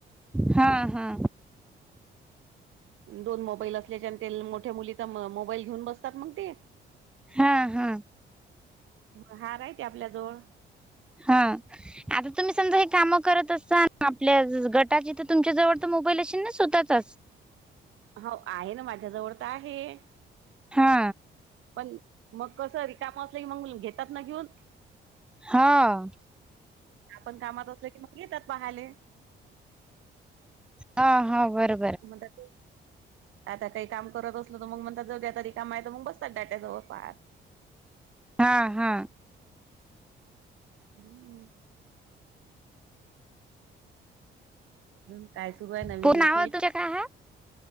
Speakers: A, in the centre; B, on the right (about 85°).
A: हा हा.
B: दोन मोबाईल असल्याच्यांन ते मोठ्या मुलीचा मोबाईल घेऊन बसतात मग ते.
A: हा हा.
B: मग हार आहेती आपल्या जवळ.
A: हा. आता तुम्ही समजा हे कामं करत असातान आपल्या गटाचे, तर तुमच्या जवळ तर मोबाईल असेन ना स्वत चाच.
B: होव आहे ना माझ्याजवळ तर आहे.
A: हा
B: पण मग कस रिकाम असले मग घेतात ना घेऊन
A: हा.
B: आपण कामात असल की मग येतात पाहायले.
A: हा हा बरो
B: मला ते आता काही काम करत असल तर मग म्हणता जऊ्या तरी काम आहे तर मग बसतात डाट्याजवळपार.
A: हा हा.
B: हम्म. अजून काय सुरू आहे? नवीन
A: पू
B: विशेष.
A: नाव तुझ्या काय हाय?